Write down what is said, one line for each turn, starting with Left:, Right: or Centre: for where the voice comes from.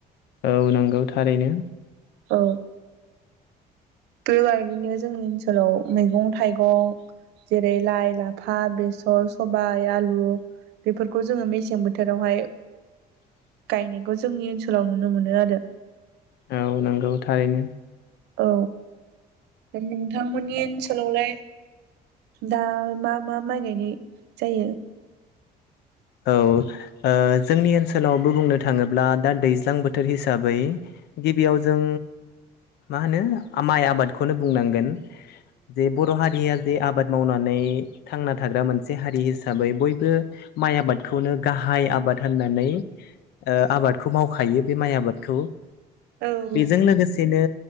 Left: औ नंगौ थारैनो
Right: औ बेबायदिनो जोंनि ओनसोलाव मैगं थाइगं जेरै लाइ लाफा बेसर सबाय आलु बेफोरखौ जोङो मेसें बोथोरावहाय
Left: <inaudible>
Right: गायनायखौ जोंनि ओनसोलाव नुनो मोनो आरो।
Left: औ नंगौ थारैनो औ
Right: औ नोंथांमोननि ओनसोलावलाय दा मा मा माइ गायनाय जायो?
Left: औ ओ जोंनि ओनसोलावबो बुंनो थाङोब्ला दा दैज्लां बोथोर हिसाबै गिबियाव जों मा होनो माइ आबादखौनो बुंनांगोन। जे बर' हारिया जे आबाद मावनानै थांना थाग्रा मोनसे हारि हिसाबै बयबो माइ आबादखौनो गाहाय आबाद होननानै ओ आबादखौ मावखायो बे माइ आबादखौ
Right: औ औ
Left: बेजों लोगोसेनो